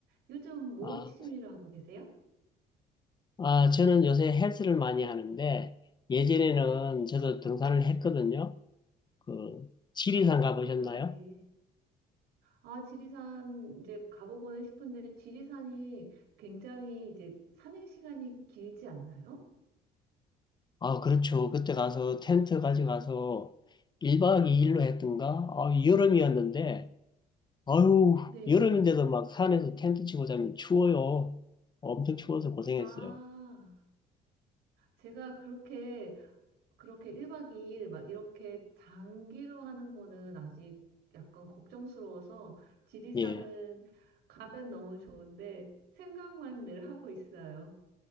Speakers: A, on the right; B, on the left.
A: 요즘 뭐
B: 아,
A: 취미로 하고 계세요?
B: 아, 저는 요새 헬스를 많이 하는데, 예전에는 저도
A: 아,
B: 등산을 했거든요. 그, 지리산
A: 아,
B: 가보셨나요?
A: 네. 아, 지리산 이제 가보고는 싶은데 지리산이 굉장히 이제 산행 시간이 길지 않나요?
B: 아, 그렇죠. 그때 가서 텐트 가져가서 1박 2일로 했던가? 아, 여름이었는데, 아유,
A: 네.
B: 여름인데도 막 산에서 텐트 치고 자면 추워요. 엄청 추워서 고생했어요.
A: 아, 제가 그렇게 그렇게 1박 2일 막 이렇게 장기로 하는 거는 아직 약간 걱정스러워서 지리산은
B: 예,
A: 가면 너무 좋은데 생각만 늘 하고 있어요.